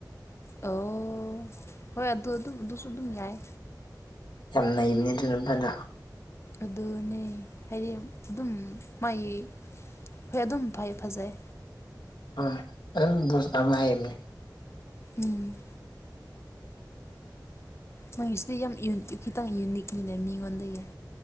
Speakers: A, on the left; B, on the left.
A: ꯑꯣ ꯍꯣꯏ ꯑꯗꯨ ꯑꯗꯨꯝ ꯑꯗꯨꯁꯨ ꯑꯗꯨꯝ ꯌꯥꯏ
B: ꯌꯥꯝ ꯅꯩꯕꯅꯤ ꯑꯗꯨ ꯅꯨꯄꯥꯗ
A: ꯑꯗꯨꯅꯦ ꯍꯥꯏꯗꯤ ꯑꯗꯨꯝ ꯃꯥꯒꯤ ꯍꯣꯏ ꯑꯗꯨꯝ ꯐꯩ ꯐꯖꯩ
B: ꯍ ꯑꯗꯨ ꯣꯁ ꯊ ꯑꯃ ꯍꯥꯏꯃꯤꯅꯤ
A: ꯎꯝ ꯃꯥꯪꯒꯤꯁꯤꯗꯤ ꯌꯥꯝ ꯈꯤꯇꯪ ꯌꯨꯅꯤꯛꯅꯤꯅꯦ ꯃꯤꯉꯣꯟꯗꯒꯤ